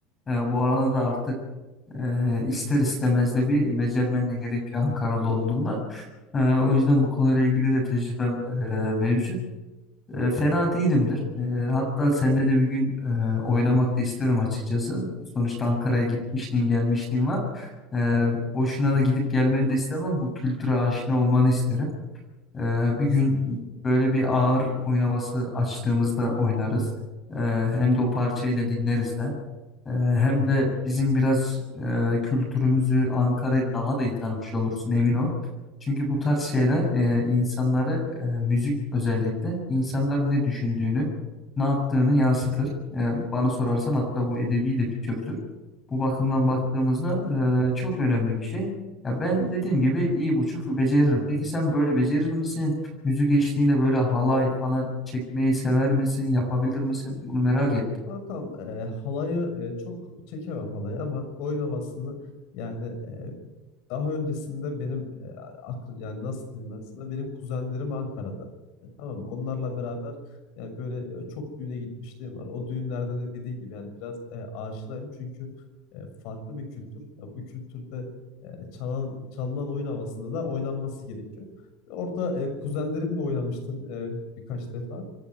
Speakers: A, on the left (about 20°); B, on the left (about 65°).
A: Ee, bu alana da artık eee, ister istemez de bir becermen de gerekiyor Ankaralı olduğundan. Ee, o yüzden bu konuyla ilgili de tecrübem eee, mevcut. Ee, fena değilimdir. Ee, hatta seninle de bir gün eee, oynamak da isterim açıkçası. Sonuçta
B: Hı
A: Ankara'ya
B: hı.
A: gitmişliğin gelmişliğin var. Ee, boşuna
B: Tabii.
A: da gidip gelmeni de istemem. Bu kültüre aşina olmanı isterim. Ee, bir
B: Kesinlikle.
A: gün böyle bir ağır oyun havası açtığımızda oynarız. Ee, hem de o parçayı da dinleriz de. Ee, hem de bizim biraz e, kültürümüzü Ankara'yı daha da iyi tanımış olursun emin ol. Çünkü bu tarz şeyler e, insanları e, müzik özellikle insanların ne düşündüğünü, ne yaptığını yansıtır. E, bana sorarsan hatta bu edebi de bir türdür. Bu bakımdan
B: Hı
A: baktığımızda
B: hı.
A: e, çok önemli bir şey. Ya ben dediğim gibi iyi buçuk beceririm. Peki sen böyle becerir misin? Yüzük eşliğinde böyle halay falan çekmeyi sever misin? Yapabilir misin? Bunu merak ettim.
B: Kankam e, halayı e, çok çekemem halayı ama oyun havasını yani e, daha öncesinde benim e, aklım yani nasıl diyeyim ben sana benim kuzenlerim Ankara'da. E, tamam mı? onlarla beraber yani böyle e, çok düğüne gitmişliğim var. O düğünlerden de dediğin gibi yani biraz e, aşinayım çünkü e, farklı bir kültür. Ya bu kültürde e, çalan çalınan oyun havasında da oynanması gerekiyor. Orada e, kuzenlerimle oynamıştım e, birkaç defa